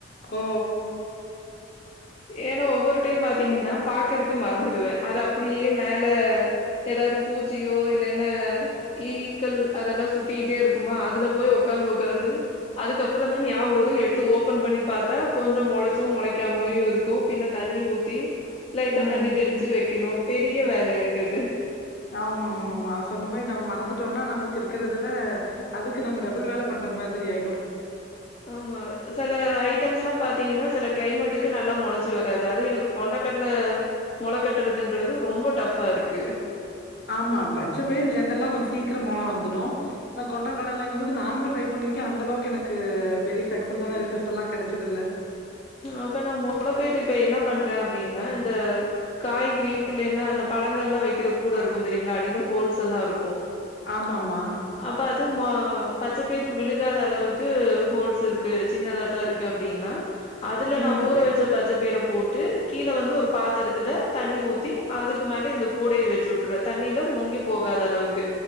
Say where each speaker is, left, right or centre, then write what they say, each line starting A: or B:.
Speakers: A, on the left; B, on the left.
A: ஓ
B: ஏனா ஒவ்வொரு டைம் பாத்தீங்கன்னா பாக்கறக்கு மறந்துடுவ அத அப்டியே மேல ஏதாது பூச்சியோ இல்ல என்ன ஈக்கள் அதெல்லா சுத்திட்டே இருக்குமா அதுல போய் உக்காந்து உக்காந்து அதுக்கப்புறந் தா ஞாவோ வரு எடுத்து ஓப்பன் பண்ணி பாத்தா கொஞ்சம் மொளச்சும் மொளைக்காமயு இருக்கு பின்ன தண்ணி ஊத்தி லைட்டா
A: ம்
B: தண்ணி தெரிச்சு வைக்கணு பெரிய வேல எனக்கு அது
A: ஆமாமாமா சொன்ன மாரி நம்ம மறந்துட்டோனா நமக்கு இருக்கறதுல அதுக்கு நம்ம டபுள் வேல பண்ற மாதிரி ஆய்டு
B: ஆமா செல ஐட்டம்ஸ்ல்லா பாத்தீங்கன்னா செல க்ளைமேட்டு க்கு நல்லா மொளைச்சு வராது அது எனக்கு கொண்டக்கடல மொள கட்டுறதுன்றது ரொம்ப டஃபா இருக்கு
A: ஆமா பச்ச பயர் ஜென்ரலா கொஞ்சோ சீக்கிரோ மொள வந்துடு ஆனா கொண்டகடலைங்கும் போது நானுமே ட்ரை பண்ணிருக்க அந்தளவுக்கு எனக்கு பெரிய சக்சஸான ரிசல்ட் எல்லா கெடச்சது இல்ல
B: அப்ப நா மொளப்பயர் இப்ப என்ன பண்ற அப்டின்னா இந்த காய்கறியு இல்லைன்னா அந்த பழங்கள்ல்லா வைக்கிற கூட இருக்கு தெரியுங்ளா அடிலோ ஹோல்ஸ் எல்லா இருக்கு
A: ஆமா ஆமா
B: அப்ப அது மொ பச்ச பயிரு விழு காத அளவுக்கு ஹோல்ஸ் இருக்கு சின்னதா தா இருக்கு அப்டின்னா அதுல
A: ம்
B: நா ஊற வச்ச பச்சப்பயிற போட்டு கீழ வந்து ஒரு பாத்திரத்துல தண்ணி ஊத்தி அதுக்கு மேல இந்த கூடைய வச்சு உட்ருவ தண்ணில முங்கி போகாத அளவுக்கு